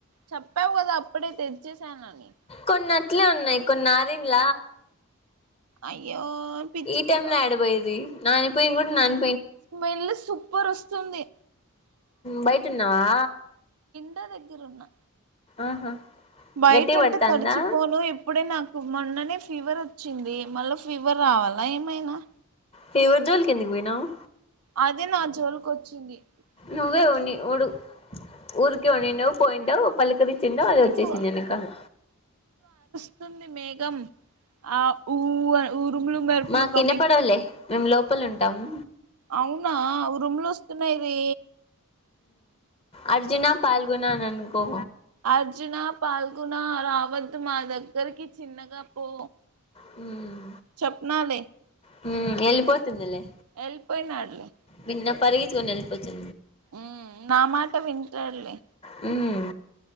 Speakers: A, on the right; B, on the left.
A: చెప్పావు కదా అప్పుడే తెచ్చేసానని
B: కొన్ని అట్లే ఉన్నాయి కొన్ని అరినల్
A: అయ్యో పిచ్చి
B: ఈ టైమ్
A: ఫెలో
B: లో ఏడబోయేది నానిపోయి ఇం కూడా నన్
A: స్మెల్ సూపర్ వస్తు స్తుంది
B: బయట ఉన్నావా
A: ఎ దగ్గర ఉన్నా
B: ఆహా
A: బయట
B: గట్టిగా
A: ఉంట
B: పడతాందా
A: తడిచిపోను ఇప్పుడే నా కు మొన్ననే ఫీవర్ వచ్చింది మళ్ళా ఫీవర్ రావాలా ఏమైనా
B: ఫీవర్ జోలీకి ఏదుకు పోయినావ్
A: అదే నా జోలికి వచ్చింది
B: నువ్వే ఉన్ని
A: చూడు
B: ఓడు ఉఊరుకి ఉ నిడి పోయింటవు పల్లు కరిచ్చిండ
A: చూడు
B: అది వచ్చేసినకదు
A: స్తుంది మేఘం ఆ ఊ ఊరుములు మేరుపులు
B: మాకు
A: కమి
B: వినపడవులే మేము లోపల ఉంటాము
A: అవునా రూమ్లు వస్తున్నాయి
B: అర్జునా పాల్గొనా అనుకో
A: అర్జున పాల్గొన రావత్ మా దగ్గరికి చిన్నగా పో
B: హ్మ్
A: చెప్నాలే
B: హ్మ్ ఎల్లి పోతుందిలే
A: వెళ్ళిపోయినాడులే
B: వి పరిగెత్తుకోని ఎలిపోద్ది.
A: ఉమ్ నా మాట వింటాడులే
B: హ్మ్